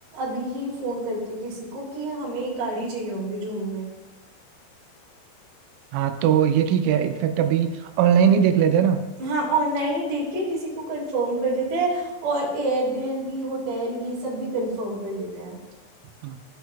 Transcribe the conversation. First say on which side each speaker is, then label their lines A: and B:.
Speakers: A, on the right; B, on the right.
A: अभी ही फोन करके किसी को कि हमें एक गाड़ी चाहिए होगी जून में
B: हाँ तो ये ठीक है इनफेक्ट अभी ऑनलाइन ही देख लेते हैं
A: हाँ ऑनलाइन ही देख के किसी को कंफर्म कर देते हैं और एयरबीएनबी होटल ये सब भी कंफर्म कर लेते हैं
B: ना